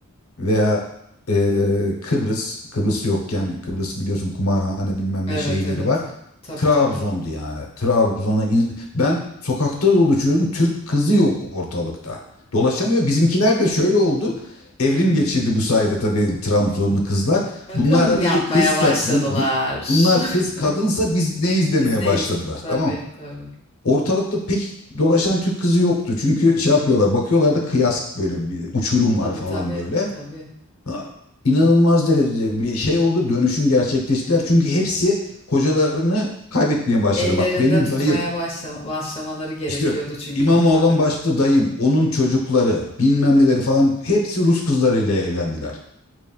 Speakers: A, on the left (about 85°); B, on the left (about 25°).
A: veya e, Kıbrıs, Kıbrıs yokken Kıbrıs biliyorsun kumarhane bilmem
B: Evet
A: ne şeyleri
B: evet.
A: var.
B: Tabii
A: Trabzon'du
B: tabii.
A: yani. Trabzon'a in- ben sokakta dolaşıyordum. Türk kızı yok ortalıkta. Dolaşamıyor. Bizimkiler de şöyle oldu. Evrim geçirdi bu sayede tabii Trabzonlu kızlar.
B: Bakım
A: Bunlar
B: yapmaya
A: dedi kızsak
B: başladılar.
A: bun- bu- bunlar kız
B: <laughs>
A: kadınsa biz neyiz
B: Biz
A: demeye
B: neyiz?
A: başladılar.
B: Tabii
A: Tamam mı?
B: tabii.
A: Ortalıkta pek dolaşan Türk kızı yoktu. Çünkü şey yapıyorlar, bakıyorlar da kıyas böyle bir uçurum
B: Tabii
A: var falan
B: tabii
A: böyle.
B: tabii.
A: Ha, inanılmaz derecede bir şey oldu. Dönüşüm gerçekleştiler. Çünkü hepsi kocalarını kaybetmeye başladı.
B: Ellerinde
A: Bak benim
B: tutmaya
A: dayım
B: başla başlamaları gerekiyordu
A: işte
B: çünkü
A: İmamoğlu
B: tabii.
A: olan başta dayım, onun çocukları, bilmem neleri falan hepsi Rus kızlarıyla evlendiler.